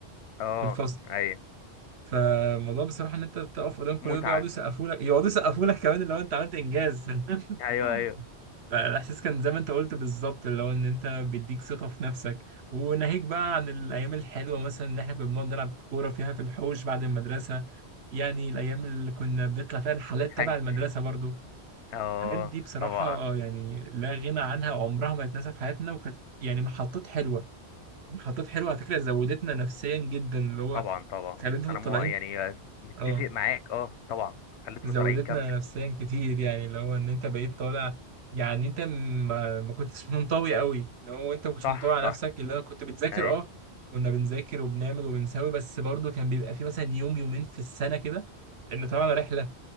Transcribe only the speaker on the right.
في الفصل
فالموضوع بصراحه ان انت تقف قدام كل
ده بقى يقعدوا يسقفوا لك يقعدوا يسقفوا لك كمان لو انت عملت انجاز
<laughs>
فالاحساس كان زي ما انت قلت بالظبط اللي هو ان انت بيديك ثقه في نفسك وناهيك بقى عن الايام الحلوه مثلا ان احنا كنا بنقعد نلعب كوره فيها في الحوش بعد المدرسه يعني الايام اللي كنا بنطلع فيها الحالات
تبع المدرسه برضو
الحاجات دي بصراحه
يعني لا غنى عنها عمرها ما هتتنسى في حياتنا وكانت يعني محطات حلوه محطات حلوه على فكره زودتنا نفسيا جدا اللي هو
خلينا
طالعين
اه
زودتنا
نفسيا كتير يعني اللي هو ان انت بقيت طالع يعني انت ما, ما كنتش منطوي قوي اللي هو انت ما كنتش
منطوي على
نفسك اللي هو كنت بتذاكر
اه كنا بنذاكر وبنعمل وبنسوي بس برضه كان بيبقى في مثلا يوم يومين في السنة كده ان طبعا رحلة